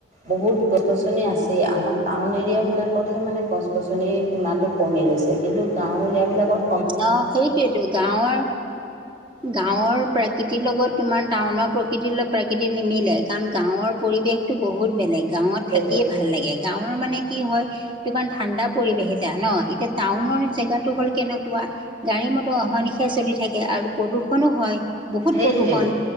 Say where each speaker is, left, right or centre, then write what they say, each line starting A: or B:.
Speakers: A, on the right (about 45°); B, on the right (about 25°).
A: বহুত গছ গছনি আছেই, আমাৰ টাউন এৰিয়া বিলাকতহে মানে গছ গছনি সীমাটো কমি গৈছে। কিন্তু গাওঁ এৰিয়া বিলাকত
B: ন' সেইটোৱেটো গাঁৱৰ, গাঁৱৰ প্ৰাকৃতিৰ লগত তোমাৰ টাউনৰ প্ৰকৃতিৰ লগত প্ৰাকৃতি নিমিলে। কাৰণ গাঁৱৰ পৰিৱেশ টো বহুত বেলেগ গাঁৱত
A: সেইটোৱে
B: থাকিয়ে ভাল লাগে। গাঁৱৰ মানে কি হয় তোমাৰ ঠাণ্ডা পৰিৱেশ এতিয়া ন এতিয়া টাউনৰ জেগাটো হ'ল কেন কুৱা, গাড়ী মটৰ অহা নিশাই চলি থাকে আৰু প্ৰদূষণো হয়। বহুত
A: সেইটোৱে
B: প্ৰদূষণ